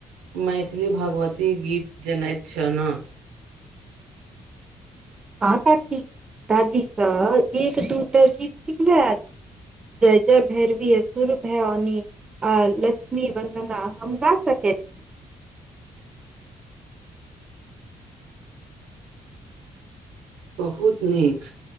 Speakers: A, on the right; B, on the right.
A: मैथिली भगवती गीत जनै छ न
B: हँ काकी, दादी सं एक-दूटा गीत सिखले अछि। जय-जय भैरवी असुर भयाओनि आ लक्ष्मी वन्दना हम गा सकै छी।
A: बहुत नीक।